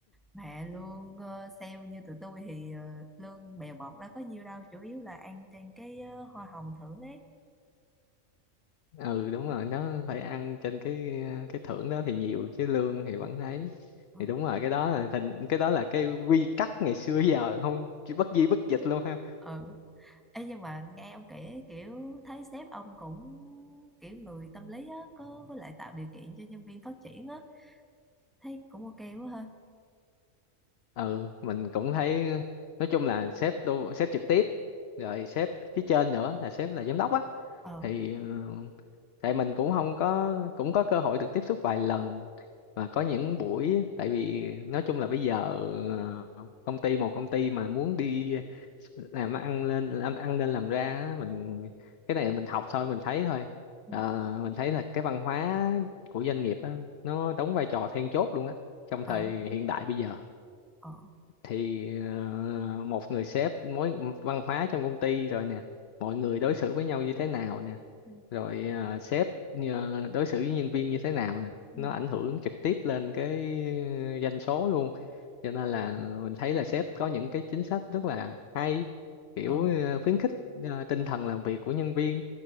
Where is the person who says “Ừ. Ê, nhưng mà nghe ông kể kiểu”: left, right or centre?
Centre